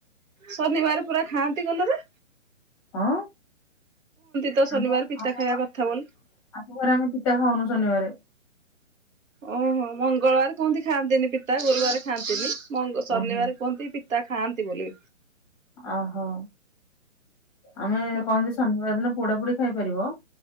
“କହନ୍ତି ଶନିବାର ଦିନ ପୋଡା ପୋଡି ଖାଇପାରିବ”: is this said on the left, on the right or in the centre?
Centre